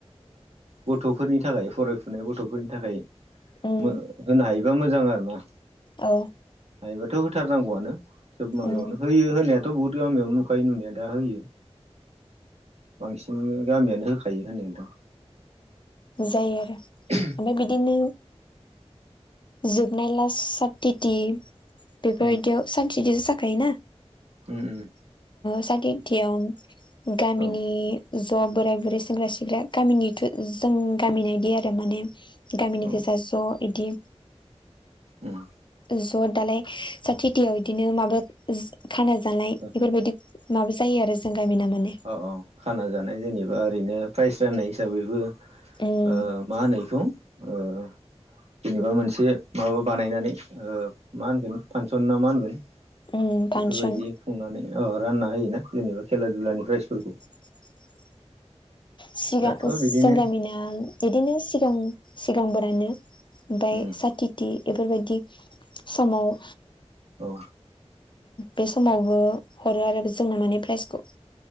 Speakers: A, on the right (about 70°); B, on the left (about 45°).
A: गथ'फोरनि थाखाय फरायफुनाय गथ'फोरनि थाखाय
B: उम
A: होनो हायोबा मोजां आरो ना
B: औ।
A: हायोबाथ' होथारनांगौआनो सोब माबायावनो
B: उम
A: होयो होनायाथ' थ' बहु गामियाव नुखायो नुनाया दा होयो। बांसिन गामियानो होखायो होननाय थां।
B: जायो आरो
A: <inaudible>
B: ओमफ्राय बिदिनो जोबनाय लाससातथिथि बेफोरबायदियाव
A: उम
B: सान्त बिदिसो जाखायोना।
A: उम।
B: साखेथियाव गामिनि
A: औ
B: ज' बोराइ बुरै सेंग्रा सिख्ला गामिनिथ' जों गामिनायदि आरो माने गामिनि
A: औ
B: गोेजा ज' इदि
A: न।
B: ज' दालाय सा थथियाव बिदिनो माबा खाना जानाय
A: अ
B: बेफोरबायदि माबा जायो आरो जों गामिना माने
A: औ औ खाना जानाय जेनेबा ओरैनो प्राइस राननाय हिसाबैबो
B: उम।
A: ओ मा होनो बेखौ ओ। जेनेबा मोनसे माबा बानायनानै मा होनगोन फांसन ना मा होनगोन।
B: उम
A: बेफोरबायदि
B: फांसन
A: खुंनानै रानना होयोना जेनेबा खेला दुलानि प्राइजफोरखौ
B: <inaudible> सिगां
A: दाथ'
B: जों
A: बिदिनो
B: गामिना बिदिनो सिगां सिगांफोरानो ओमफ्राय
A: उम
B: साथिथि बेफोरबायदि समाव
A: औ।
B: बे समावबो हरो आरो जोंना माने प्राइजखौ